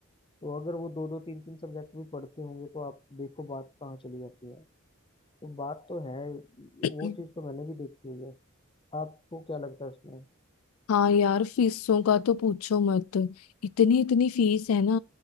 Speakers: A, on the left; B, on the left.
A: तो अगर वो दो दो तीन तीन सब्जेक्ट भी पढ़ते होंगे तो आप देखो बात कहाँ चली जाती है तो बात तो है वो
B: हाँ
A: चीज़ तो मैंने भी देखी हुई है आपको क्या लगता है इसमें
B: हाँ यार फीसों का तो पूछो मत इतनी इतनी फीस है ना